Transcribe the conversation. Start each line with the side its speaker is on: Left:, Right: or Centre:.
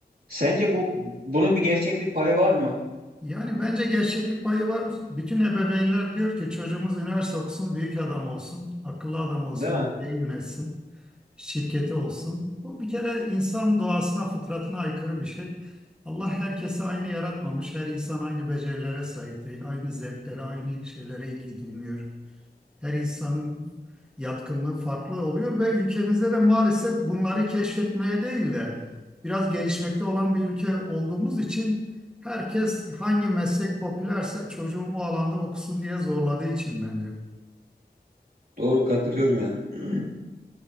Right: Sence bu bunun bir gerçeklik payı var mı?
Centre: Yani bence gerçeklik payı var. Bütün ebeveynler diyor ki çocuğumuz üniversite okusun, büyük adam olsun, akıllı adam olsun,
Right: Değil mi?
Centre: ülkeyi yönetsin, şirketi olsun. Bu bir kere insan doğasına, fıtratına aykırı bir şey. Allah herkesi aynı yaratmamış. Her insan aynı becerilere sahip değil, aynı zevklere, aynı şeylere ilgi duymuyor. Her insanın yatkınlığı farklı oluyor ve ülkemizde de maalesef bunları keşfetmeye değil de biraz gelişmekte olan bir ülke olduğumuz için herkes hangi meslek popülerse çocuğum o alanda okusun diye zorladığı için bence.
Right: Doğru katılıyorum yani. <clears throat>